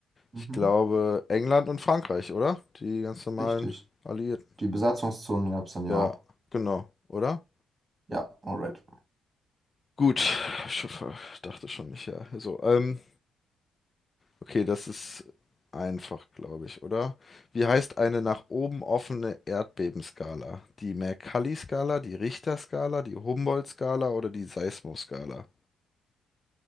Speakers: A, on the right; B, on the left.
A: Mhm.
B: ich glaube England und Frankreich, oder? Die ganz normalen
A: Richtig.
B: Alliierten.
A: Die Besatzungszonen gab es dann
B: Ja,
A: ja auch.
B: genau, oder?
A: Ja, alright.
B: Gut, ich dachte schon nicht, ja. So, ähm, Okay, das ist einfach, glaube ich, oder? Wie heißt eine nach oben offene Erdbebenskala? Die Mercalli-Skala, die Richter-Skala, die Humboldt-Skala oder die Seismoskala?